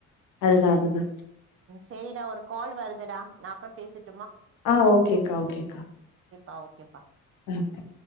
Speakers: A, on the left (about 80°); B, on the right (about 45°).
A: அதுதா அதுதா.
B: சரிடா ஒரு கால் வருதுடா நா அப்புற பேசிட்.
A: ஆ ஓகேக்கா ஓகேக்கா.
B: ஆ ஓகேப்பா.
A: கரெக்ட்டு